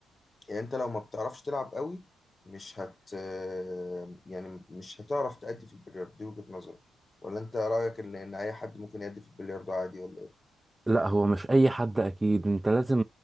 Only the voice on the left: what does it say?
يعني أنت لو ما بتعرفش تلعب أوي مش هت آه، يعني مش هتعرف تأدي في البلياردو دي وجهة نظري ولا أنت رأيك إن إن أي حد ممكن يأدي في البلياردو عادي ولا